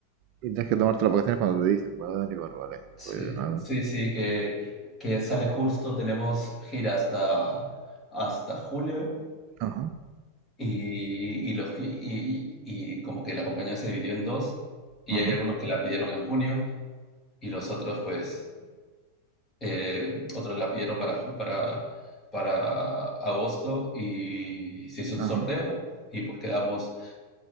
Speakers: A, on the right; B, on the left.
A: y tienes que tomarte las vacaciones cuando te dicen. Vale, vale, vale.
B: sí,
A: Pues nada.
B: sí, sí, que, que sale justo, tenemos gira hasta, hasta julio.
A: Ajá,
B: Y, y los que, y, y como que la compañía se dividió en dos, y
A: ajá,
B: hay algunos que la pidieron en junio, y los otros, pues, eh, otros la pidieron para, ju- para, para agosto, y se hizo
A: ajá.
B: un sorteo, y pues quedamos,